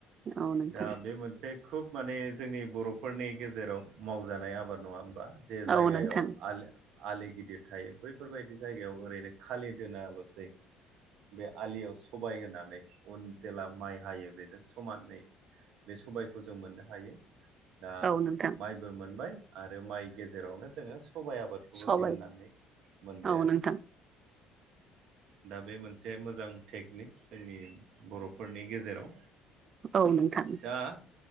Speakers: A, on the right; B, on the right.
A: औ नोंथां
B: दा बे मोनसे खोब माने जोंनि बर' फोरनि गेजेराव मावजानाय आबाद नङा होमबा जे जायगायाव
A: औ नोंथां
B: आलो आलि गिदिर थायो बैफोरबायदि जायगायाव ओरैनो खालि दोनाल'सै बे आलियाव सबाय होनानै उन जेला माइ हायो बेजों समानै बे सबायखौ जों मोननो हायो। दा
A: औ नोंथां
B: माइबो मोनबाय आरो माइ गेजेरावनो जोङो स सबायाइ आबादखौबो
A: सबाय
B: दिहुनन्नानै मोनबाय
A: औ
B: आरो।
A: नोंथां
B: दा बे मोनसे मोजां टेकनिक जोंनि बरफोरनि गेजेराव
A: औ नोंथां।
B: दा